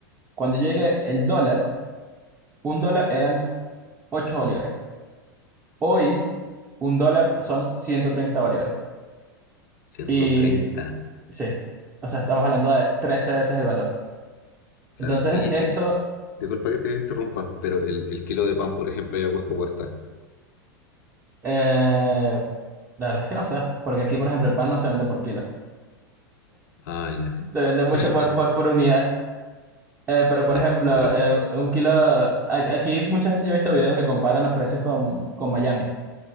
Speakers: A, on the right; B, on the left.
A: Cuando yo llegué, el dólar, un dólar eran 8 bolívares. Hoy, un dólar son 130 bolívares.
B: ciento
A: Y
B: treinta
A: sí, o sea, estamos hablando de 13 veces el valor.
B: Claro.
A: Entonces,
B: Oye,
A: eso,
B: y, y disculpa que te interrumpa, pero el, el kilo de pan, por ejemplo, ¿ya cuánto cuesta?
A: eh, la verdad es que no sé, porque aquí, por ejemplo, el pan no se vende por kilo,
B: Ah, ya.
A: se vende mucho
B: <laughs>
A: por, por, por unidad. Eh, pero, por
B: Ya,
A: ejemplo,
B: pero
A: eh, un kilo a- aquí muchas veces yo he visto videos que comparan los precios con, con Miami,